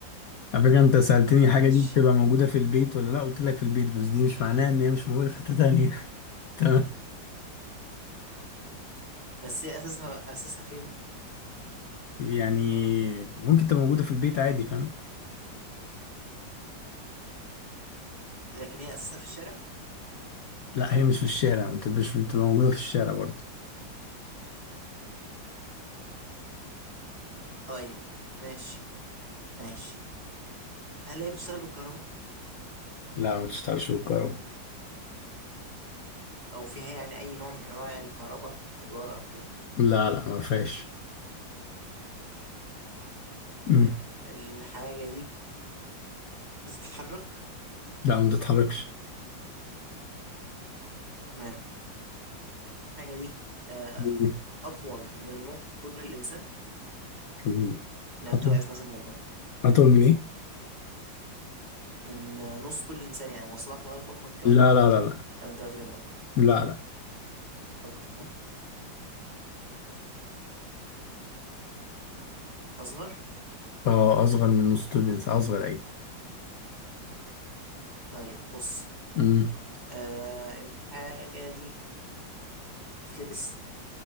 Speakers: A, on the left; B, on the right.
A: على فكره انت سالتني
B: ماشي
A: حاجه دي بتبقى موجوده في البيت ولا لا قلت لك في البيت بس دي مش معناها ان هي مش موجوده في حته تانية <laughs> تمام
B: بس هي أساسها أساسها فين؟
A: يعني ممكن تبقى موجوده في البيت عادي فاهم
B: لكن هي أساسها في الشارع؟
A: لا هي مش في الشارع ما بتبقاش بتبقى موجودة في الشارع برضه
B: طيب ماشي ماشي هل هي بتشتغل بالكهرباء
A: لا ما تشتغلش بالكهرباء
B: او فيها يعني اي نوع من انواع الكهرباء حجارة او كده
A: لا لا ما فيهاش مم.
B: طيب الحاجة دي بتتحرك
A: لا ما تتحركش
B: تمام الحاجة دي آه،
A: مم.
B: اطول من نص طول الانسان
A: مم.
B: لو انت
A: أطول
B: واقف مثلا جنبها
A: أطول من إيه؟
B: من آه، نص طول الانسان يعني واصلك لغاية بطنك كده
A: لا
B: ولا معدية
A: لا لا لا
B: لو انت واقف جنبها
A: لا لا
B: أصغر أصغر؟
A: اه أصغر من نص طول الإنسان أصغر أيوة
B: طيب بص
A: مم.
B: آه الحاجة دي تتلبس